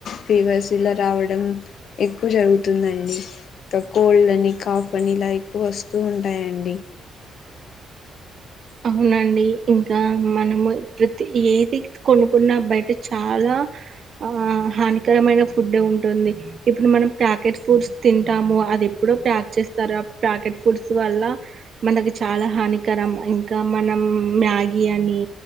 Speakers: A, on the left; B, on the right.
A: ఫీవర్స్ ఇలా రావడం ఎక్కువ జరుగుతుందండి కా కోల్డ్ అని కాఫ్ అని ఇలా ఎక్కువ వస్తూ ఉం టాయండి
B: అవునండి ఇంకా మనము ప్రతి ఏది కొనుక్కున్నా బయట చాలా ఆ హానికరమైన ఫుడ్డే ఉంటుంది ఇప్పుడు మనం ప్యాకెట్స్ ఫుడ్స్ తింటాము ఒ అది ఎప్పుడో ప్యాక్ చేస్తారు ఆ ప్యాకెట్ ఫుడ్స్ వల్ల మనకి చాలా హానికరం ఇన్ కా మనం మ్యాగీ అనీ,